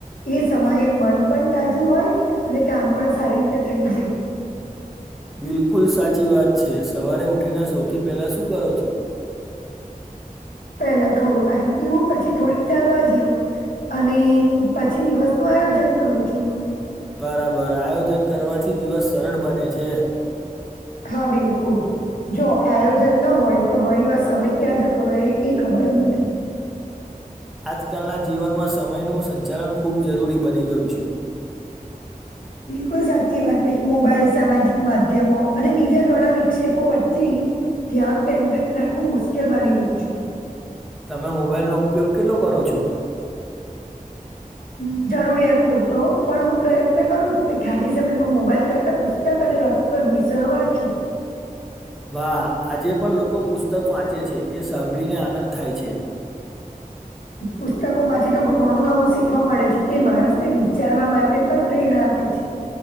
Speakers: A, on the left; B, in the centre.
A: એ સમયે મન પણ તાજું હોય અને કામ પણ સારી રીતે થઈ જાય
B: <inaudible> <unintelligible> બિલકુલ સાચી વાત છે સવારે ઉઠીને સૌથી પહેલા શું કરો છો <inaudible> <unintelligible>
A: પેલા થોડું પાણી પીવું પછી થોડી ચાલવા જાઉં અને પછી દિવસ નું આયોજન કરું છું
B: બરાબર આયોજન કરવાથી દિવસ સરળ બને છે <inaudible>
A: હા બિલકુલ જો આયોજન ન હોય તો ઘણી વાર સમય ક્યાં જતો રહે એ ખબર જ નથી પડતી
B: આજકાલના જીવનમાં સમયનું સંચાલન ખૂબ જરૂરી બની ગયું છે <inaudible> <unintelligible>
A: બિલકુલ સાચી વાત ક મોબાઈલ સામાજિક માધ્યમો અને બીજા ઘણા વિક્ષેપો વચ્ચે ધ્યાન કેન્દ્રિત રાખવું મુશ્કેલ બની ગયું છે
B: તમે મોબાઈલ નો ઉપયોગ કેટલો કરો છો
A: હ જરૂરિયાત પૂરતો પણ હું પ્રયત્ન કરું છું કે ખાલી સમયમાં મોબાઈલ કરતા પુસ્તક અને પ વિસ વાંચું
B: <inaudible> <unintelligible> વાહ આજે પણ લોકો પુસ્તક વાંચે છે એ સાંભળીને આનંદ થાય છે <inaudible> <unintelligible>
A: પુસ્તકો માંથી તો ઘણું નવું શીખવા મળે છે તે માણસને વિચારવા માટે પણ પ્રેરણા છે